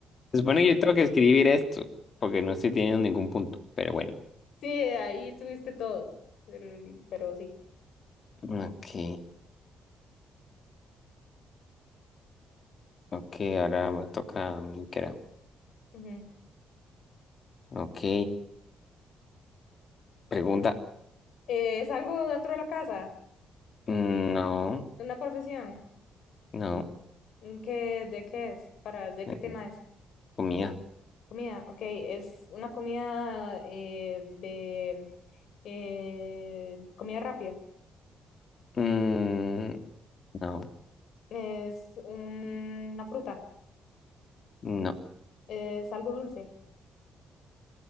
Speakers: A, on the left; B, on the left.
A: Se supone que yo tengo que escribir esto, porque no estoy teniendo ningún punto, pero bueno.
B: Sí, ahí tuviste todos, el- pero sí.
A: Ok, ok, ahora me toca a mí, creo.
B: Ujú.
A: Ok, pregunta.
B: Eh, ¿es algo dentro de la casa?
A: No.
B: ¿Una profesión?
A: No.
B: ¿En ¿Qué, de qué es? ¿Para, de
A: Eh,
B: qué tema es?
A: comida.
B: Comida, ok, es una comida eh, de eh, comida rápida.
A: Mm, no,
B: Es un- una fruta,
A: no.
B: es algo dulce,